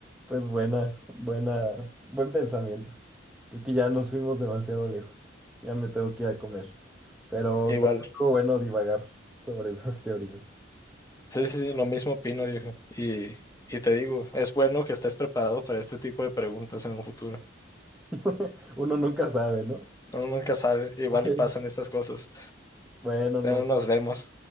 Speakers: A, in the centre; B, on the left.
A: Pues buena, buena, buen pensamiento. Creo que ya nos fuimos demasiado lejos. Ya me tengo que ir a comer. Pero,
B: Igual,
A: pero estuvo bueno divagar sobre esas teorías.
B: sí, sí, sí, lo mismo opino, viejo. Y, y te digo, es bueno que estés preparado para este tipo de preguntas en un futuro.
A: <laughs> Uno nunca sabe, ¿no?
B: Uno nunca sabe, igual
A: <laughs>
B: y pasan estas cosas.
A: Bueno, nos
B: Bueno, nos vemos.